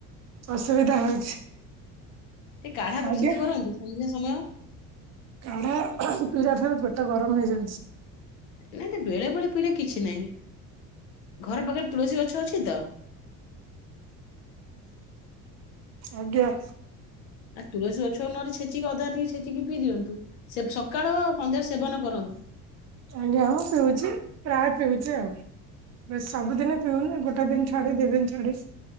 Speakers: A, on the right; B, on the left.
A: ଅସୁବିଧା ହଉଛି।
B: ଟିକେ କାଢା ପ୍ରସ୍ତୁତି
A: ଆଜ୍ଞା
B: କରନ୍ତୁ ସନ୍ଧ୍ୟା ସମୟ
A: କାଢା ପିଇିଲା ଠାରୁ ପେଟ ଗରମ ହେଇଯାଉଛି।
B: ନାଇଁ ତ ବେଳେ ବେଳେ ପିଇଲେ କିଛି ନାଇଁ ଘର ପାଖରେ ତୁଳସୀ ଗଛ ଅଛି ତ?
A: ଆଜ୍ଞା।
B: ଆଉ ତୁଳସି ଗଛ କୁ ନହେଲେ ଛେଚିକି ଅଦା ଟିକେ ଛେଚିକି ପିଇ ଦିଅନ୍ତୁ। ସେ ସକାଳ ସନ୍ଧ୍ୟାରେ ସେବନ କର
A: ଆଜ୍ଞା ମୁଁ ପିଉଛି ପ୍ରାୟ ପିଉଛି ଆଉ। ବେଶ ସବୁଦିନ ପିଉନି ଗୋଟେ ଦିନ ଛାଡି ଦି ଦିନ ଛାଡି।